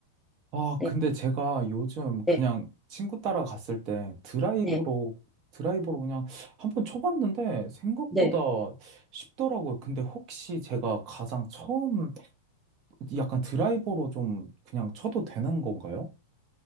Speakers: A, on the right; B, in the centre.
A: 아,
B: 네,
A: 근데 제가 요즘
B: 네,
A: 그냥 친구 따라 갔을 때 드라이브로,
B: 네,
A: 드라이브로 그냥 한 번 쳐봤는데 생각보다
B: 네.
A: 쉽더라고요. 근데 혹시 제가 가장 처음 약간 드라이버로 좀 그냥 쳐도 되는 건가요?